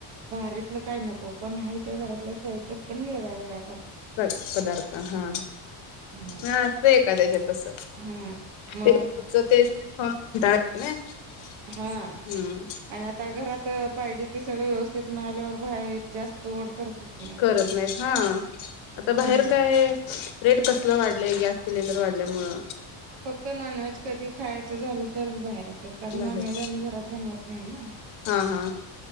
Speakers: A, on the right (about 75°); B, on the left (about 65°).
A: बाारीतलं काय नको पण हा त्या घरातल्या त्या येतात पण वेगळाय वेगळाय.
B: पदार्थ हा हा
A: हा
B: म असत एखाद्याच्यात अस
A: हा मग
B: ते रोजच ते तेस खाऊन कंटाळा येतो.
A: हा
B: हम्म
A: आणि आता घरात पाहिजे ते सगळं व्यवस्थित ईथ मिळाल्यावर बाहेर जास्त ओढ करतच नाही.
B: करत नाहीत हा आता
A: हा
B: बाहेर काय रेट कसलं वाढलंय गॅस सिलेंडर वाढल्यामुंळ.
A: फक्त नॉनव्हेज कधी खायचं झालं तरच बाहेर तर नॉन
B: बाहेर
A: व्हेज आम्ही घरात बनवत नाही ना
B: हा हा